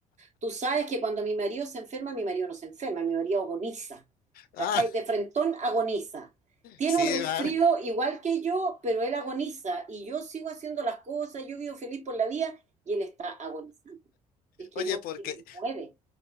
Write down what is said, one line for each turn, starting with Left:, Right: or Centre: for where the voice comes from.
Right: Tú sabes que cuando mi marido se enferma, mi marido no se enferma, mi marido agoniza. ¿Cachai?
Left: Ah,
Right: De frentón agoniza. Tiene
Left: sí,
Right: un resfrío
Left: vale.
Right: igual que yo, pero él agoniza. Y yo sigo haciendo las cosas, yo vivo feliz por la vida y él está agonizando. Es que
Left: Oye,
Right: no
Left: porque
Right: se mueve.